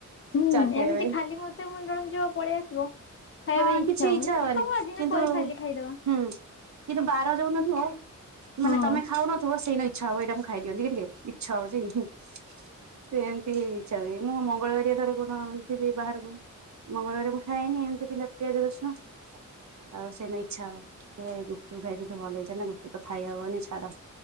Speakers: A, on the left (about 45°); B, on the right (about 65°).
A: ହୁଁ
B: ଚାଟ୍ ଖାଇବା
A: ଏମିତି
B: ପାଇଁ
A: ଖାଲି ମତେ ମନୋରଞ୍ଜ ପଳେଇ ଆସିବ। ଖାଇବା
B: ହଁ
A: ପାଇଁ ଇଚ୍ଛା
B: କିଛି ହବନି
A: ଥାଉ ଆଜି ନା
B: କିନ୍ତୁ
A: ପରେ ଖାଲି ଖାଇଦବା
B: ହୁଁ କିନ୍ତୁ ବାର ଯାଉନଥିବ
A: ହଁ।
B: ମାନେ ତମେ ଖାଉନଥିବ ସେଇ ନା ଇଚ୍ଛା ହବ ଏଇଟା ମୁଁ ଖାଇ ଦିଅନ୍ତି କି ଟିକେ ଇଚ୍ଛା ହଉଛି। ସେ ଏମିତିଇ ଇଚ୍ଛା ହୁଏ ମୁଁ ମଙ୍ଗଳବାରିଆ ଥରେ କୋଉ ଦିନ ଆଣିଥିବି ବାହାରକୁ ମଙ୍ଗଳବାର ମୁଁ ଖାଏନି ଏମିତି ବିନା ପିଆଜ ରସୁଣ। ଆଉ ସେଇ ଇଚ୍ଛା ହବ ଗୁପ୍ ଚୁପ୍ ଖାଇିକି ଭଲ ହେଇଥାନ୍ତା। ଗୁପ୍ ଚୁପ୍ ତ ଖାଇ ହବନି ଛାଡ।